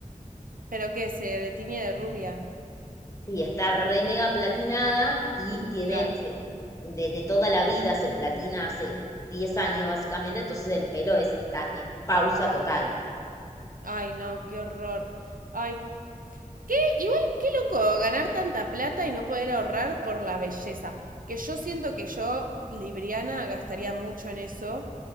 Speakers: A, on the right (about 85°); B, on the left (about 25°).
A: ¿Pero qué? ¿Se tiñe de rubia?
B: Sí, está re mega platinada y tiene
A: Claro.
B: se- de, de toda la vida, se platina hace 10 años básicamente, entonces el pelo es, está en pausa total.
A: Ay, no, qué horror. Ay, qué- igual loco, ganar tanta plata y no poder ahorrar por la belleza. Que yo siento que yo, Libriana, gastaría mucho en eso.